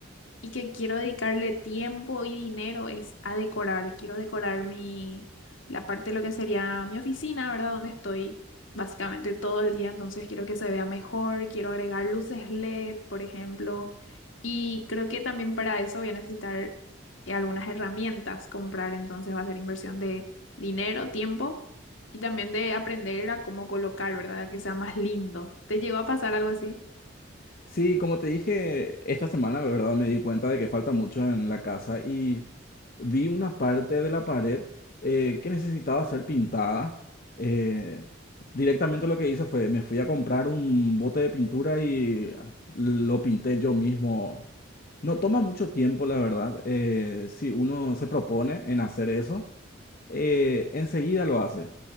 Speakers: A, on the left (about 75°); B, on the left (about 45°).
A: y que quiero dedicarle tiempo y dinero es a decorar. Quiero decorar mi, la parte de lo que sería mi oficina, ¿verdad? Donde estoy básicamente todo el día, entonces quiero que se vea mejor, quiero agregar luces LED, por ejemplo, y creo que también para eso voy a necesitar eh, algunas herramientas comprar, entonces va a ser inversión de dinero, tiempo. Y también de aprender a cómo colocar, ¿verdad? A que sea más lindo. ¿Te llegó a pasar algo así?
B: Sí, como te dije, esta semana, la verdad, me di cuenta de que falta mucho en la casa y vi una parte de la pared eh, que necesitaba ser pintada. Eh, directamente lo que hice fue, me fui a comprar un bote de pintura y lo pinté yo mismo. No toma mucho tiempo, la verdad. eh, si uno se propone en hacer eso, eh, enseguida lo hace.